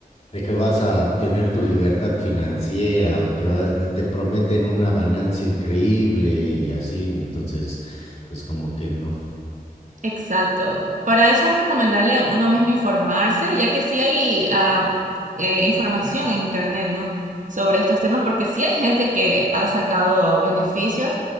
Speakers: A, on the left; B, on the right.
A: de que vas a tener tu libertad financiera o que va- de- te prometen una ganancia increíble y así, entonces, pues como que no.
B: Exacto. Para eso es recomendable uno mismo informarse, ya que sí hay ah, eh, información en internet, ¿no? Sobre estos temas, porque sí hay gente que ha sacado beneficios